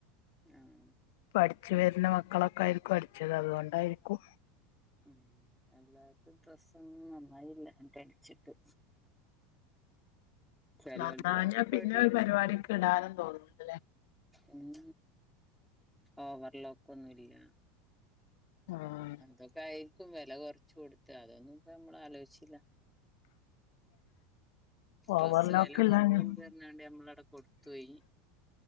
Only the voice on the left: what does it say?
ഇച്ച് വര്ണ മക്കളൊക്കായിരിക്കും അടിച്ചത് അതുകൊണ്ടായിരിക്കും
നന്നാഞ്ഞാ
പിന്നെ ഒരു
പരിപാടിക്ക് ഇടാനും തോന്നുന്ന്ണ്ട്ത് ല്ലേ
ആഹ്
ഓവർലോക്ക്
ഇല്ലാഞ്ഞ